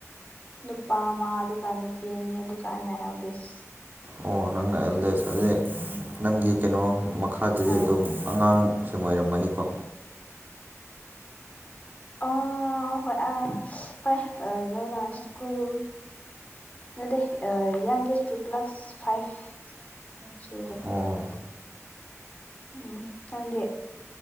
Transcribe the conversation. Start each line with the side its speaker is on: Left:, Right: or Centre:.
Left: ꯅꯨꯄꯥ ꯑꯃ ꯑꯗꯨꯒ ꯅꯨꯄꯤ ꯑꯅꯤ ꯑꯗꯨꯒ ꯑꯩꯅ ꯑꯦꯜꯗꯤꯁ
Right: ꯑꯣ ꯅꯪꯅ ꯑꯦꯜꯗꯦꯁ ꯑꯗꯨꯗꯤ ꯅꯪꯒꯤ ꯀꯩꯅꯣ ꯃꯈꯥꯗꯗꯤ
Left: ꯍꯣꯏ
Right: ꯑꯗꯨꯝ ꯑꯉꯥꯡꯁꯤꯡ ꯑꯣꯏꯔꯝꯃꯅꯤꯀꯣ
Left: ꯑ ꯍ ꯑ ꯍꯣꯏ ꯑ ꯂꯣꯏ ꯅ ꯁ꯭ꯀꯨꯜ ꯑꯗꯦ ꯌꯥꯦꯁ ꯇꯨ ꯀ꯭ꯂꯥꯁ ꯐꯥꯏꯚ ꯁꯤ
Right: ꯑꯣ
Left: ꯎꯝ ꯈꯪꯗꯦ